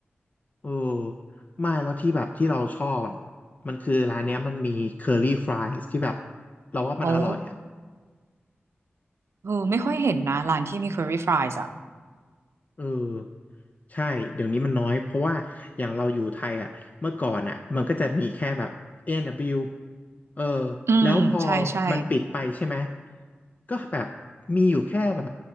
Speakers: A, on the left; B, on the right.
A: เออไม่แล้วที่แบบที่เราชอบอ่ะมันคือร้านเนี้ยมันมีเคอรี่ฟรายส์ที่แบบเราว่ามันอร่อยอ่ะ
B: โอ้เออไม่ค่อยเห็นนะร้านที่มี curry fries อ่ะ
A: เออใช่เดี๋ยวนี้มันน้อยเพราะว่าอย่างเราอยู่ไทยอ่ะเมื่อก่อนอ่ะมันก็จะมีแค่แบบ A&W เบิลยูเออ
B: อืมใช่
A: แล้วพอ
B: ใช่
A: มันปิดไปใช่ไหมก็แบบมีอยู่แค่แบบ